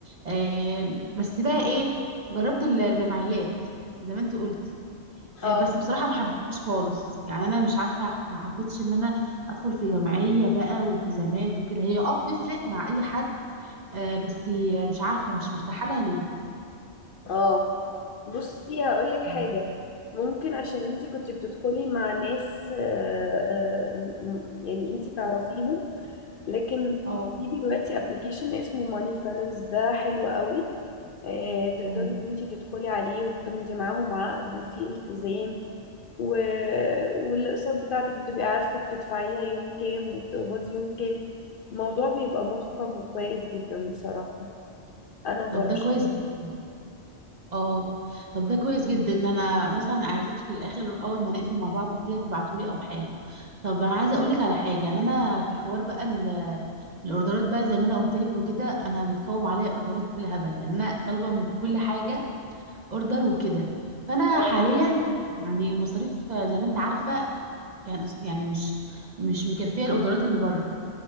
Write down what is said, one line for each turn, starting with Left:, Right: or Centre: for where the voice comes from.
Right: آه بس بقى ايه جربت ال- الجمعيات زي ما انت قلتي آه
Left: اه
Right: بس بصراحة ما حبيتهاش خالص يعني انا مش عارفة ما حبيتش ان انا ادخل في جمعية بقى والتزامات وكده هي اه بتفرق مع اي حد آه بس مش عارفة مش مرتاحة لها ليه
Left: اه بصي هقولك
Right: مم.
Left: حاجة ممكن عشان انتي كنتي بتدخلي مع ناس آه، آه، م- م- يعني انتي تعرفيهم لكن
Right: اه
Left: في دلوقتي ابلكيشن اسمه ماني فيلرز ده حلو قوي آه، تقدري
Right: مم.
Left: ان انتي تدخلي عليه وبتمضي معاهم عقد وفي التزام و... والاقساط بتاعتك بتبقي عارفة بتدفعيها يوم كام وبتقبضي يوم كام الموضوع بيبقى محكم وكويس جدا بصراحة انا برشحه
Right: طب ده كويس جدا اه طب ده كويس جدا ان انا مثلا عايزاكي في الاخر اول ما نقفل مع بعض كده تبعتولي او حاجه طب انا عايزه اقولك على حاجه يعني انا في حوار بقى ال- الاوردرات بقى زي ما انا قلت لك وكده انا متكوم عليا اوردرات بالهبل يعني انا طالبه من كل حاجه اوردر وكده فانا
Left: اه
Right: حاليا يعني المصاريف زي ما انت عارفه يعني يعني مش مش مكفيه الاوردرات اللي بره